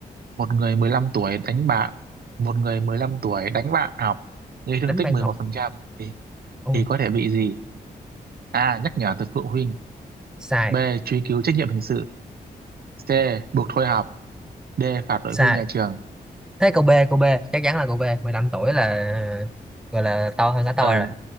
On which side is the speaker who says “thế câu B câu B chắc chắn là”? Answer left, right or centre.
Centre